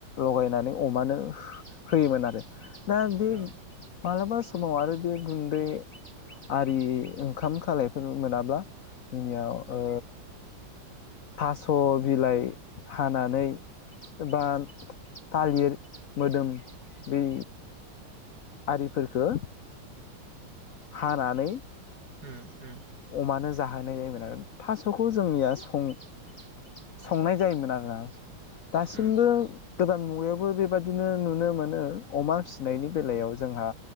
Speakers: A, on the left; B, on the right.
A: लगायनानै अमानो होयोमोन आरो। दा बे
B: औ
A: मालाबा समाव आरो बे गुन्दै आरि ओंखाम खालायफोर मोनाब्ला जोंनियाव ओ थास' बिलाइ हानानै बा थालिर मोदोम बै आरिफोरफोरखो हानानै।
B: उम उम
A: अमानोज जाहोनाय जायोमोन आरो थास'खौ जोंनिया सं- संनाय जायोमोन आरोना। दासिमबो
B: उम
A: गोदान मुगायावबो बेबादिनो नुनो मोनो अमा फिसिनायनि बेलायाव जोंहा